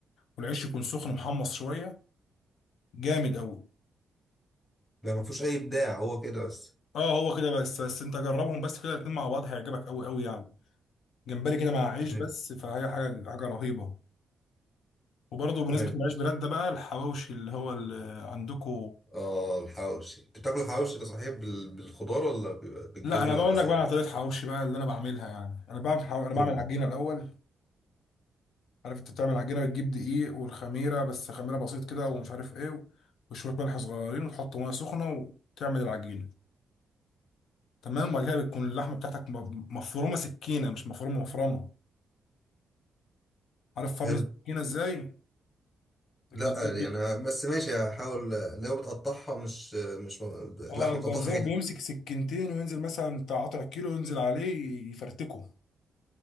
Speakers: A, on the left; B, on the left.
A: والعيش يكون سخن محمص شويه جامد قوي
B: ده ما فيهوش اي ابداع هو كده بس
A: اه هو كده بس بس انت جربهم بس كده الاتنين مع بعض هيعجبك قوي قوي يعني جمبري كده مع عيش
B: حلو
A: بس فهي حاجه حاجه رهيبه وبرضه بالنسبه
B: حلو
A: للعيش بلاد ده بقى الحواوشي اللي هو اللي عندكم
B: اه الحواوشي انت بتاكل الحواوشي ده صحيح بال- بالخضار ولا بيبقى بالجبنه
A: لا انا بقول
B: ولا سادة
A: لك بقى على طريقه حواوشي بقى اللي انا بعملها يعني انا بعمل حو... انا بعمل
B: قول
A: عجينه
B: لي
A: الاول عارف انت بتعمل عجينه بتجيب دقيق والخميره بس خميره بسيط كده ومش عارف ايه وشويه ملح صغيرين وتحط ميه سخنه وتعمل العجينه تمام وبعد كده بتكون اللحمه بتاعتك م- مفرومه سكينه مش مفرومه مفرمه عارف فرم
B: حلو
A: السكينه ازاي الجزار
B: لا
A: بي...
B: يعني ه- بس ماشي هحاول اللي هو بتقطعها مش مش م-
A: اه
B: لحم
A: الجزار
B: بتقطعها حتت
A: بيمسك سكينتين وينزل مثلا بتاع قطع كيلو ينزل عليه يفرتكه